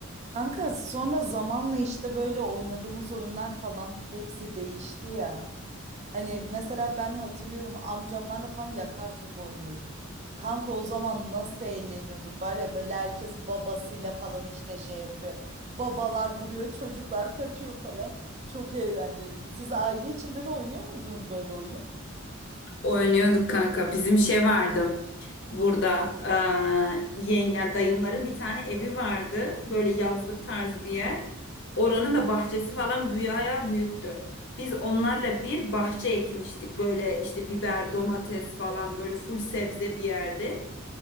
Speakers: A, on the right; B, on the left.
A: Kanka sonra zamanla işte böyle oynadığımız oyunlar falan hepsi değişti ya. Hani mesela ben hatırlıyorum amcamlarla falan yakar top oynuyorduk. Kanka o zaman nasıl eğleniyorduk var ya böyle herkes babasıyla falan işte şey yapıyor. Babalar vuruyor çocuklar kaçıyor falan. Çok eğlenceliydi. Siz aile içinde de oynuyor muydunuz böyle oyun?
B: Oynuyorduk kanka. Bizim şey vardı. Burada eee yengen dayımların bir tane evi vardı. Böyle yazlık tarzı bir yer. Oranın da bahçesi falan büyüğe büyüktü. Biz onlarla bir bahçe ekmiştik. Böyle işte biber, domates falan böyle full sebze bir yerde.